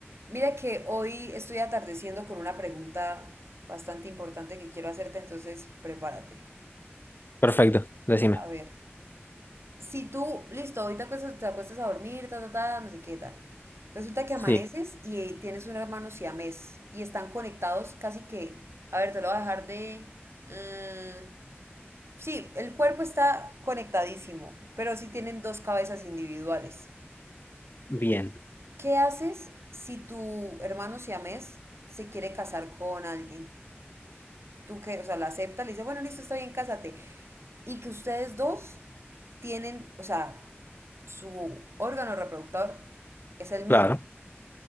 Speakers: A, on the right; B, on the left.
A: Mira que hoy estoy atardeciendo con una pregunta bastante importante que quiero hacerte, entonces prepárate.
B: Perfecto, decime.
A: A ver, si tú, listo, hoy te acuestas, te acuestas a dormir, ta, ta, ta, no sé qué tal. Resulta que
B: Sí,
A: amaneces y eh, tienes un hermano siamés y están conectados casi que, a ver, te lo voy a dejar de... mm, sí, el cuerpo está conectadísimo, pero sí tienen dos cabezas individuales.
B: bien,
A: ¿Qué haces si tu hermano siamés se quiere casar con alguien? tú que, o sea, la acepta, le dice, bueno, listo, está bien, cásate. Y que ustedes dos tienen, o sea, su órgano reproductor es el mismo,
B: claro.